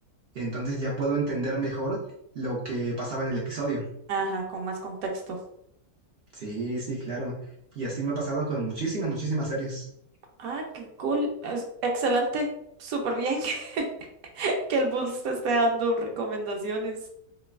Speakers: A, on the right; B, on the right.
A: Entonces ya puedo entender mejor lo que pasaba en el episodio.
B: Ajá, con más contexto.
A: Sí, sí, claro. Y así me ha pasado con muchísimas, muchísimas series.
B: Ah, qué cool. Es excelente. Súper bien <laughs> que el bus te esté dando recomendaciones.